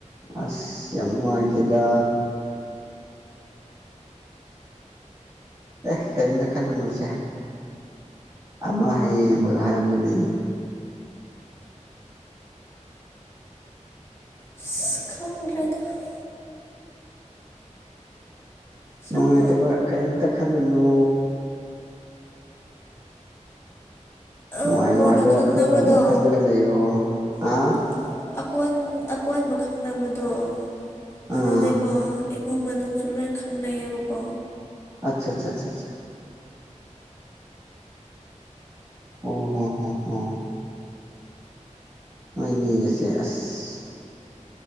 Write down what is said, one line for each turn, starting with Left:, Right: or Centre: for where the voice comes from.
Right: ꯑꯁ ꯌꯥꯝ ꯅꯨꯡꯉꯥꯏꯇꯦꯗ ꯑꯦ ꯀꯔꯤꯝꯇ ꯈꯜꯂꯨꯅꯨꯁꯦ ꯑꯃ ꯍꯦꯛ ꯌꯦꯡꯕꯗꯣ ꯍꯥꯏꯕꯗꯨꯅꯤꯅꯦ
Left: ꯑꯁ <unintelligible> ꯁꯨꯝ
Right: ꯅꯨꯡꯉꯥꯏꯇꯕ ꯀꯔꯤꯝꯇ ꯈꯜꯂꯨꯅꯣ ꯅꯨꯡꯉꯥꯏ
Left: ꯎꯝ
Right: ꯅꯨꯡꯉꯥꯏꯕ
Left: ꯀꯣꯟꯅꯥ ꯈꯪꯅꯕꯗꯣ
Right: ꯋꯥꯈꯜ ꯉꯥꯛꯇ ꯈꯜꯂꯒ ꯂꯩꯌꯣ ꯑ
Left: <unintelligible> ꯑꯀꯣꯟ ꯑꯀꯣꯟꯕ ꯈꯪꯅꯕꯗꯣ
Right: ꯑꯥ
Left: ꯑꯗꯨꯗꯤꯀꯣ ꯏꯃꯨꯡ ꯃꯅꯨꯡꯁꯨ ꯂꯣꯏ ꯈꯪꯅꯩꯌꯦꯕꯀꯣ
Right: ꯑꯠꯆꯥ ꯆꯥꯆꯥꯆꯥ ꯑꯣ ꯍꯣ ꯍꯣ ꯍꯣ ꯅꯣꯢꯅꯤꯒꯤꯁꯦ ꯑꯁ